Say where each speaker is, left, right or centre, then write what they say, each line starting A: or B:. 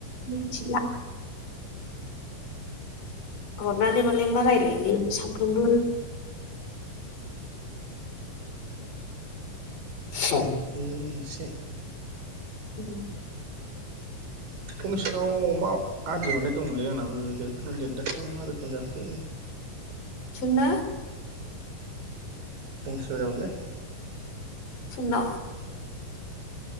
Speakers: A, on the left; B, on the right.
A: मिथिला हरनानै मालाय मा रायलायनो सानफ्रोमबो <unintelligible>
B: बेबो मोनसे
A: अम
B: <unintelligible> अमा आदिहरनाय दंमोनलै आंनाबो देरखोना देराखै मा रोखोम जाखो
A: सोरना
B: अंसुरनावलै
A: सोरनाव